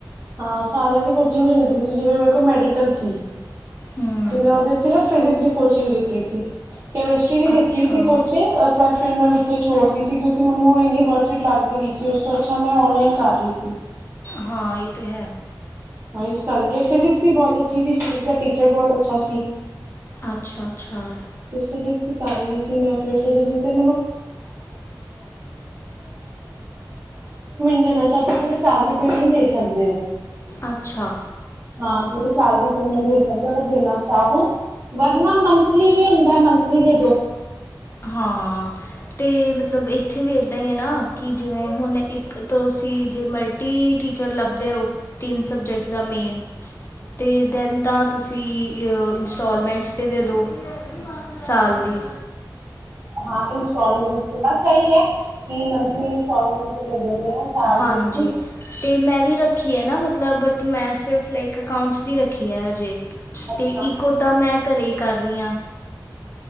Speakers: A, on the right; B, on the left.
A: ਹਾਂ ਸਾਰਿਆਂ ਦੀ ਕੋਚਿੰਗ ਨ ਲਤੀ ਸੀ ਜਿਵੇਂ ਮੇਰੇ ਕੋਲ ਮੈਡੀਕਲ ਸੀ
B: ਹੂੰ
A: ਤੇ ਮੈਂ ਉਹਦੇ ਸਿਰਫ ਫਿਜਿਕਸ ਕੋਚਿੰਗ ਦਿੱਤੀ ਸੀ ਕੈਮਿਸਟਰੀ ਦੀ ਲਿੱਤੀ
B: ਅੱਛਾ
A: ਸੀ ਕੋਚਿੰਗ ਪਰ ਫਿਰ ਮੈਂ ਵਿੱਚ ਛੋੜਦੀ ਸੀ ਕਿਉਂਕਿ ਮੈਨੂੰ ਇੰਨੀ ਵਰਚਟ ਲੱਗ ਨਹੀਂ ਰਹੀ ਸੀ ਉਸ ਤੋਂ ਅੱਛਾ ਮੈਂ ਔਨਲਾਈਨ ਕਰ ਰਹੀ ਸੀ
B: ਹਾਂ ਇਹ ਤੇ ਹੈ
A: ਹਾਂ ਇਸ ਕਰਕੇ ਫਿਜਿਕਸ ਵੀ ਬਹੁਤ ਅੱਛੀ ਸੀ ਫਿਜਿਕ ਦਾ ਟੀਚਰ ਬਹੁਤ ਅੱਛਾ ਸੀ
B: ਅੱਛਾ ਅੱਛਾ
A: ਤੇ ਫਿਜਿਕਸ ਦੀ ਸੀ ਮਨਰੀ ਹੁੰਦਾ ਵਸ ਤੁਸੀ ਸ ਦੀ ਪੇਟ ਦੇ ਚਾਹੋ ਪ ਸ ਪੇੈਂਟ ਦੇ ਸਕਦੇ ਹੋ
B: ਅੱਛਾ
A: ਹਾਂ ਪੂਰੇ ਸਾਲ ਦੀ ਪੇਮੈਂਟ ਦੇ ਸਕਦਾ ਦੇਣਾ ਚਾਹੋ ਵਰਨਾ ਮੰਥਲੀ ਵੀ ਹੁੰਦਾ ਮੰਥਲੀ ਦੇ ਦੋ
B: ਹਾਂ ਅਤੇ ਮਤਲਬ ਇੱਥੇ ਵੀ ਇੱਦਾਂ ਹੀ ਹੈ ਨਾ ਕਿ ਜਿਵੇਂ ਹੁਣ ਇੱਕ ਤੁਸੀਂ ਜੇ ਮਲਟੀ ਟੀਚਰ ਲੱਭਦੇ ਹੋ ਤਿੰਨ ਸਬਜੈਕਟਸ ਦਾ ਮੇਨ ਅਤੇ ਦੈਨ ਤਾਂ ਤੁਸੀਂ ਇੰਸਟਾਲਮੈਂਟਸ 'ਤੇ ਦੇ ਦਿਉ ਸਾਲ ਦੀ
A: ਹਾਂ ਇੰਸਟਾਲਮੈਂਟ ਬਸ ਸਹੀ ਹੈ ਕਿ ਮੰਥਲੀ ਇੰਸਟਾਲਮੈਂਟ ਦੇ ਦਿੰਦੇ ਆ ਸਾਲ
B: ਹਾਂਜੀ,
A: ਦੀ ਫੀਸ
B: ਤੇ ਮੈਂ ਵੀ ਰੱਖੀ ਹੈ ਨਾ ਮਤਲ ਮਤਲਬ ਬਟ ਮੈਂ ਸਿਰਫ ਲਾਈਕ ਅਕਾਊਂਟਸ ਦੀ ਰੱਖੀ ਹੈ ਹਜੇ।
A: ਅੱਛਾ
B: ਤੇ ਇੱਕੋ ਤਾਂ ਮੈਂ, ਘਰੇ ਹੀ ਕਰ ਰਹੀ ਹਾਂ।